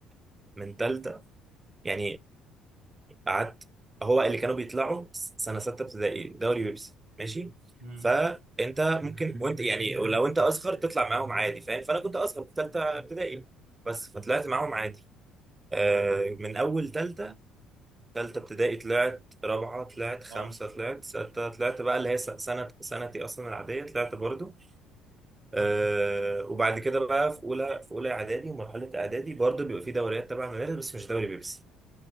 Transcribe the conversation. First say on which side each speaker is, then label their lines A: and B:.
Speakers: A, on the right; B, on the right.
A: من ثالثه يعني قعدت هو اللي كانوا بيطلعوا سنه سته ابتدائي دوري بيبسي ماشي
B: امم
A: فانت ممكن وانت يعني لو انت اصغر تطلع معاهم عادي فاهم فانا كنت اصغر في ثالثه ابتدائي بس فطلعت معاهم عادي آه من اول ثالثه ثالثه ابتدائي طلعت رابعه طلعت خمسه
B: اه
A: طلعت سته طلعت بقى اللي هي س- سنه سنتي اصلا العاديه طلعت برضو
B: طب
A: آه وبعد كده بقى في اولى في اولى اعدادي ومرحله اعدادي برضو بيبقى في دوريات تبع المدارس بس مش دوري بيبسي